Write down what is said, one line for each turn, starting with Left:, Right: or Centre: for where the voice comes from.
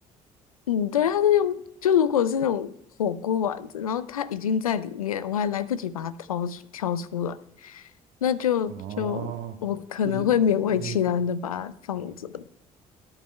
Left: 嗯，对，它是用，就如果是那种火锅丸子，然后它已经在里面，我还来不及把它掏出挑出来，那就就我可能会勉为其难的把它放着。
Right: 哦，就是你，嗯，